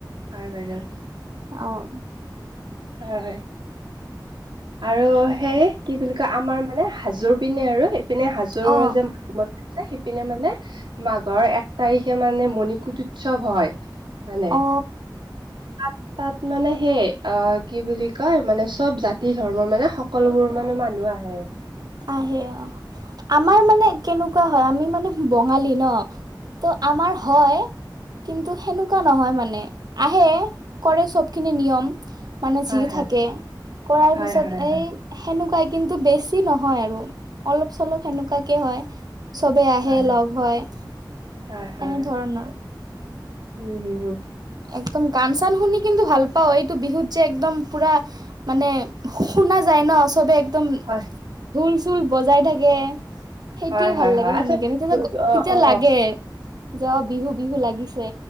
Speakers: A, on the right; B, on the right.
A: হয় বাইদেউ।
B: অ
A: হয়। আৰু সেই কি বুলি কয় আমাৰ মানে হাজোৰ পিনে আৰু ইপিনে হাজ চুৰ
B: অ
A: মাধমত আছে সিপিনে মানে মাঘৰ এক তাৰিখে মানে মণিকুটত। উৎসৱ হয় মানে।
B: অ
A: তাত তাত মানে সেই অ কি বুলি কয় মানে চব জাতি ধৰ্মৰ মানে হক। সকলোবোৰ মানে মানুহ আহে।
B: আহে অ আমাৰ মানে কেনেকুৱা হয় আমি মানে বঙালী ন। ত আমাৰ হয়। কিন্তু সেনেকুৱা নহয় মানে আহে কৰে চব খিনি নিয়ম। মানে
A: হয়
B: যি থাকে কৰাৰ
A: হয়
B: পিছত
A: হয়
B: এই
A: হয়
B: সেনেকুৱাই কিন্তু বেছি নহয়। হয় আৰু অলপ চলপ সেনেকুৱাকে হয় চবে আহে
A: হয়
B: লগ হয়।
A: হয় হয়
B: এনে
A: হয়
B: ধৰণৰ।
A: উম হুম হু।
B: একদম গান চান শুনি। কিন্তু ভাল পাওঁ এইটো বিহুত যে একদম পুৰা মানে শুনা যায় ন চবে। একদম
A: হয়
B: ঢোল চোল বজাই থাকে। সেইটোৱে
A: হয় হয়
B: ভাল
A: হয়
B: লাগে
A: আচ্ছা
B: শুনি কেনে তেতিয়া
A: অ
B: তেতিয়া
A: অ
B: লাগে। যাওঁ বিহু বিহু লাগিছে।